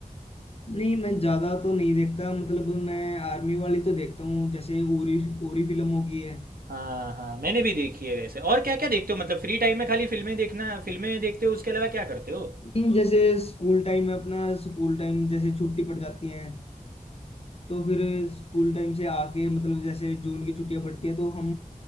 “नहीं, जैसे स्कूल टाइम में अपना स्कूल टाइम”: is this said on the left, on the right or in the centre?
Left